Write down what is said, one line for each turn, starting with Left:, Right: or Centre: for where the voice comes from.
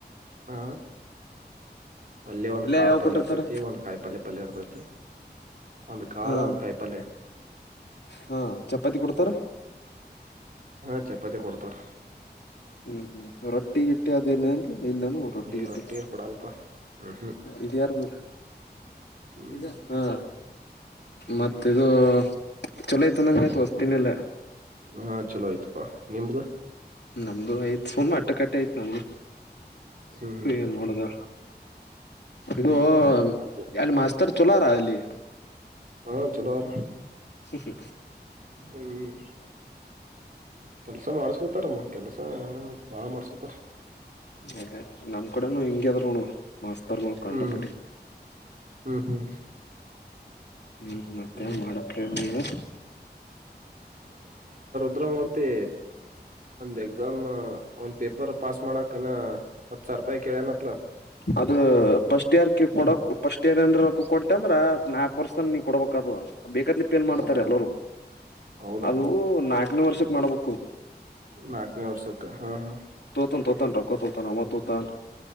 Right: ಹಾ. ಪಲ್ಯ ಒಂದು ಕಾಳ
Left: ಯಾವ್
Right: ಪಲ್ಯ
Left: ಕೊಟ್ಟಿರ್ತಾರ
Right: ಇರ್ತೈತಿ ಒಂದು ಕಾಯಿ ಪಲ್ಯ. ಪಲ್ಯರ್ತತೆ. ಒಂದ್ ಕಾಳ
Left: ಹಾ
Right: ಒಂದ್ ಕಾಯಿಪಲ್ಯ.
Left: ಹಾ ಚಪಾತಿ ಕೊಡ್ತಾರ?
Right: ಹಾ ಚಪಾತಿ ಕೊಡ್ತಾರ.
Left: ಹ್ಮ್ ಹ್ಮ್ ರೊಟ್ಟಿ ಗಿಟ್ಟಿ ಅದೇನನ್ ಇಲ್ಲನ ರೊಟ್ಟಿಗಿಟ್ಟಿ,
Right: ಈ ರೊಟ್ಟಿ ಕೊಡಲ್ಪ ಹ್ಮ್
Left: ಇದೆ ಇರ್ಬೇಕ್
Right: ಹ್ಮ್
Left: ಇದೆ ಹಾ
Right: ಹ್ಮ್
Left: ಮತ್ತಿದು,
Right: ಹ್ಮ್
Left: ಚಲೋ ಐತದಂಗ ವ ತ್ಸ್ತಿನಿಲ್ಲ.
Right: ಹಾ ಚಲೋ ಆಯ್ತಪ್ಪಾ ನಿಮ್ದ?
Left: ನಮ್ದು ಆಯ್ತ್ ಸುಮ ಅಟ್ಟಕಟ್ಟೆ ಆಯ್ತ್ ನಮ್ದು.
Right: ಹ್ಮ್.
Left: ಏನ್ ಮಾಡುದ ಇದು
Right: ಹ್ಮ್ ಮತ್ತೆ
Left: ಅಲ್ಲಿ ಮಾಸ್ತರ್ ಚಲೋರ ಅಲ್ಲಿ.
Right: ಹಾ, ಚಲೋಆರ.
Left: ಹೂಂ ಹು,
Right: ಹ್ಮ್. ಕೆಲ್ಸ ಮಾಡ್ಸತಾರಮ್ಮ. ಕೆಲಸ ಬಾಳ ಮಾಡ್ಸ್ಕಾತಾರ.
Left: ಹ್ಞೆಹೆ, ನಮ್ ಕಡೆನು ಹಿಂಗ್ಯ ಆದರು ನೋಡುವ ಮಾಸ್ತರ್ಗಳು ಕಂಡಪಟ್ಟಿ.
Right: ಹ್ಮ್ ಹ್ಮ್ ಹ್ಮ್
Left: ಹ್ಮ್ ಮತ್ತೆನ್
Right: ಹ್ಮ್
Left: ಮಾಡಕ್ ಹೇಳಿಗಾ,
Right: ದ್ರಮೂರ್ತಿ, ಒಂದ್ ಎಕ್ಸಾಮ್ ಒಂದ್ ಪೇಪರ್ ಪಾಸ್ ಮಾಡಕ್, ಕೆನಾ ಹತ್ ಸಾರ್ಪಾಯ ಕೇಳನ ಅತ್ನಾ.
Left: ಅದ ಫಸ್ಟ್ ಇಯರ್ ಕ ಕೊಡಕ್ ಫಸ್ಟ್ ಇಯರ್ಎನ್ ರೊಕ್ಕಾ ಕೊಟ್ಟ್ಯ ಅಂದ್ರ ನಾಲ್ಕ ವರ್ಷತಾನ ನೀ ಕೊಡ್ಬೇಕಕ್ ಆತದ. ಬೇಕತ್ಲಿ ಪೇಲ್ ಮಾಡ್ತಾರ
Right: ಹೌದಾ
Left: ಎಲ್ಲರು
Right: ಹೌದಾ
Left: ಅದು ನಾಲ್ಕನೇ ವರ್ಷ, ಮಾಡ್ಬಕು.
Right: ನಾಕ್ನೇ ವರ್ಷಕ್ಕ್ ಹಾ ಹಾ
Left: ಹತೋತಾ ತೋತಾನ್ ರೊಕ್ಕಾ ತೋತಾನ್ ಅವ ತೊತನ್.